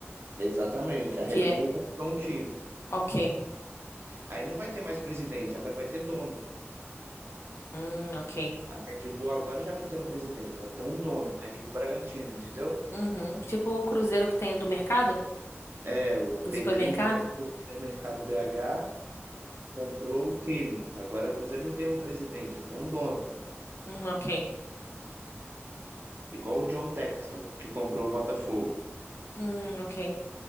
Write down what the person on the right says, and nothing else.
Exatamente. A Red
Bull comprou um time.
Aí não vai ter mais presidente, agora vai ter dono.
A Red Bull agora já não tem um presidente, ela tem um dono, Red Bull Bragantino, entendeu?
É, o
Pedrinho,
dono do supermercado BH, comprou o time. Agora o Cruzeiro não tem um presidente, ele tem um dono.
Igual o John Textor, que comprou o Botafogo.